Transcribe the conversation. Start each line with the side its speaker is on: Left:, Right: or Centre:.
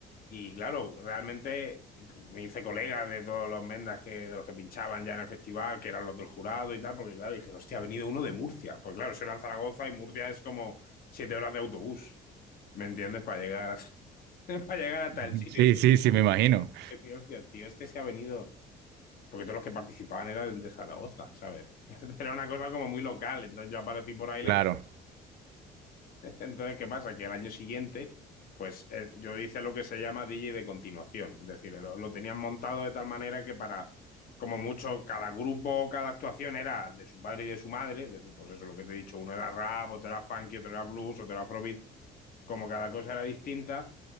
Left: y claro, realmente me hice colega de todos los mendas que, de los que pinchaban ya en el festival, que eran los del jurado y tal, porque claro, dije, hostia, ha venido uno de Murcia, pues claro, eso era en Zaragoza y Murcia es como siete horas de autobús, ¿me entiendes? Para llegar hasta, <laughs> para llegar hasta
Right: Ujú.
Left: el sitio.
Right: Sí, sí, sí, me imagino.
Left: Y dije, hostia, tío, este se ha venido, porque todos los que participaban eran de Zaragoza, ¿sabes? <laughs> Era una cosa como muy local, entonces yo aparecí por ahí, les
Right: Claro.
Left: Entonces, ¿qué pasa? Que el año siguiente, pues eh, yo hice lo que se llama DJ de continuación. Es decir, lo, lo tenían montado de tal manera que para, como mucho, cada grupo, cada actuación era de su padre y de su madre. Es decir, pues eso, lo que te he dicho, uno era rap, otro era funky, otro era blues, otro era afrobeat. Como cada cosa era distinta,